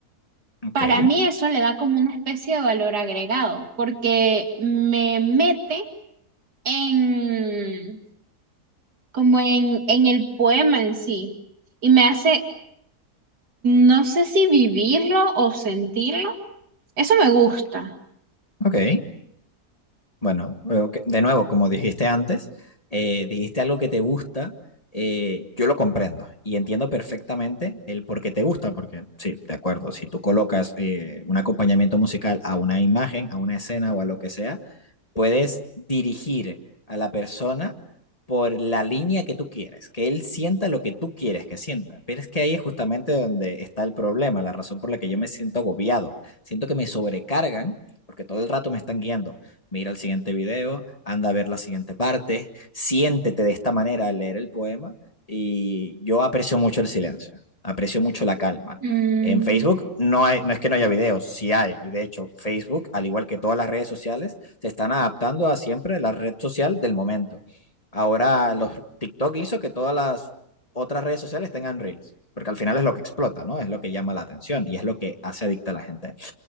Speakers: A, on the left; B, on the right.
A: Ok,
B: Para mí eso le da como una especie de valor agregado, porque me mete en como en, en el poema en sí y me hace No sé si vivirlo o sentirlo. Eso me gusta.
A: ok. Bueno, ok, de nuevo, como dijiste antes, eh, dijiste algo que te gusta, eh, yo lo comprendo y entiendo perfectamente el por qué te gusta, porque sí, de acuerdo, si tú colocas eh, un acompañamiento musical a una imagen, a una escena o a lo que sea, puedes dirigir a la persona por la línea que tú quieres, que él sienta lo que tú quieres que sienta. Pero es que ahí es justamente donde está el problema, la razón por la que yo me siento agobiado. Siento que me sobrecargan porque todo el rato me están guiando. Mira el siguiente video, anda a ver la siguiente parte, siéntete de esta manera al leer el poema y yo aprecio mucho el silencio, aprecio mucho la calma.
B: Mm,
A: En Facebook no hay, no es que no haya videos, sí hay. Y de hecho, Facebook, al igual que todas las redes sociales, se están adaptando a siempre la red social del momento. Ahora los TikTok hizo que todas las otras redes sociales tengan reels, porque al final es lo que explota, ¿no? Es lo que llama la atención y es lo que hace adicta a la gente.